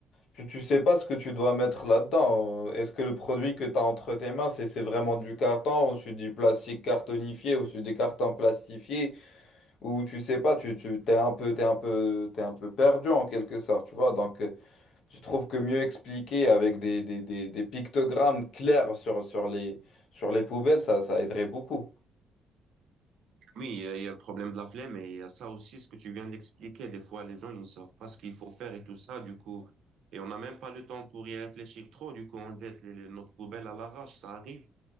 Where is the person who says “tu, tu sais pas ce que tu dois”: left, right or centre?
Left